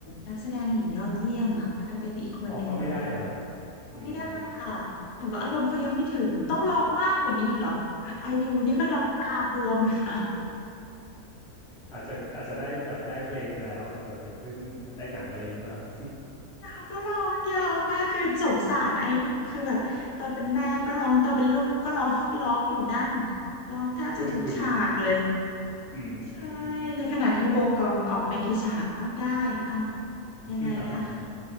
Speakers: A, on the left; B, in the centre.
A: นักแสดงหญิงยอดเยี่ยมอ่ะกลายเป็นอีกคนหนึ่งได้
B: ออกเขาไม่ได้อะครับ
A: เขาไม่ได้ค่ะหรือว่าอารมณ์เขายังไม่ถึงต้องร้องมากกว่านี้อีกเหรอ
B: อืม
A: ไอยูนี่ก็ร้องตาบวมเลยนะ
B: อาจจะอาจจะได้แบบได้เพลงไปแล้วแบบอย่าเพิ่งได้หนังอะไรอย่างนี้ป่ะครับ
A: แต่เขาก็ร้องเยอะมากคือสงสารไอยูคือแบบตอนเป็นแม่ก็ร้องตอนเป็นลูกก็ร้องร้องอยู่นั่นร้องแทบจะทุกฉากเลย
B: <laughs> ทุ่มทุน อืม
A: ใช่ในขณะที่โบกอมออกไม่กี่ฉากเอ้าได้เอ้า
B: <laughs>
A: ยังไงนะ